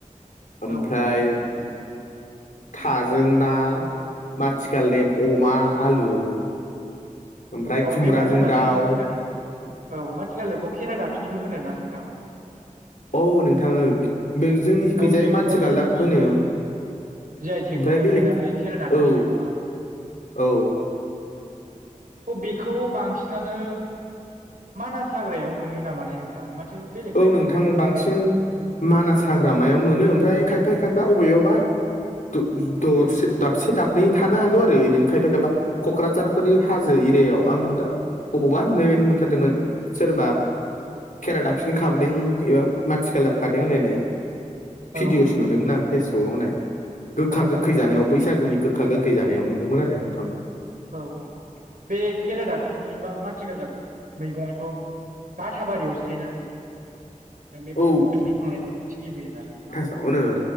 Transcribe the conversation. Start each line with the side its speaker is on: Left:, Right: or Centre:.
Left: ओमफ्राय
Right: औ नारजि <unintelligible>
Left: थाजों ना माथिगालदेब अमा आलु ओमफ्राय
Right: औ
Left: खुमब्राजों
Right: बे माथि बालदेब
Left: दाउ
Right: माथि गालदेबनि औ माथि गालदेबखौ खेरा दाफिनिबो होनो ना नोंथां
Left: औ नोंथां ओ जोंनिखैजाय
Right: औ बेथ'
Left: माथि गालदाफ
Right: जोंनिया
Left: होनो
Right: औ जि आइ टेकबो
Left: ओमफ्राय
Right: मोनबायना
Left: बेलेक
Right: बे खेरा दाफिनि
Left: औ
Right: मैगङा
Left: औ
Right: औ बेखौ बांसिनानो मानास हाग्रायाव मोनो नामाथाय नोंथां मा थो बेलेग
Left: औ
Right: जायगायाव
Left: नोंथां
Right: मोननायखौ
Left: बांसिन
Right: खोनाया
Left: मानास हाग्रामायाव मोनो ओमफ्राय खायफा खायफाया अबेयावबा दर दरसे दाबसे दाबनै थानो हागौ आरो इदिनो खायफा खायफा क'क्राझारफोरनि
Right: औ नोंथां
Left: हाजो। एरियायाव आं दा अबावबा नुनाय बायदि मोनथारदोंमोन सोरबा केेरा दाफि फिन खाबोदों एबा माथि गालदाब खादों होनलायनाय भिडिअ'सो
Right: औ
Left: नुदोंमोन आं फेसबुकाव होनाय गोखा गोखै
Right: औ
Left: जानायाव बैसागुनि गोखा गोखै जानायाव नुदोंमोन आरो नोंथां
Right: औ औ बे खेरा दाफिनि बा माथिगालदाब मैगं थायगं बाथाबारियावसो थायोना ना नोंथां बे
Left: औ
Right: <unintelligible> उनावसो खिलिबोयोना
Left: नो